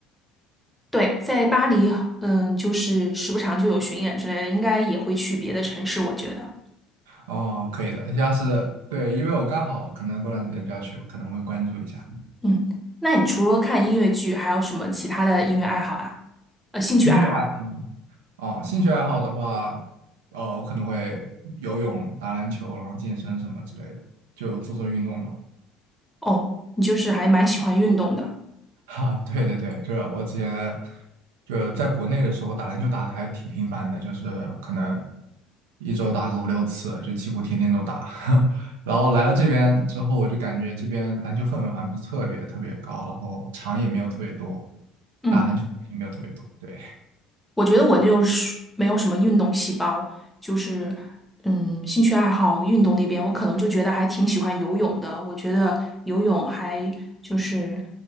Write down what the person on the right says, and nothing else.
哦，可以的，要是对，因为我刚好可能过段时间就要去，我可能会关注一下
音乐爱哦，兴趣爱好的话，呃，我可能会游泳、打篮球，然后健身什么之类的，就做做运动嘛。
哈，对对对，这我之前就在国内的时候打篮球打的还挺频繁的，就是可能一周打个五六次，就几乎天天都打。<laughs> 然后来了这边之后，我就感觉这边篮球氛围还不是特别特别高，然后场也没有特别多，
打篮球的人也没有特别多，对。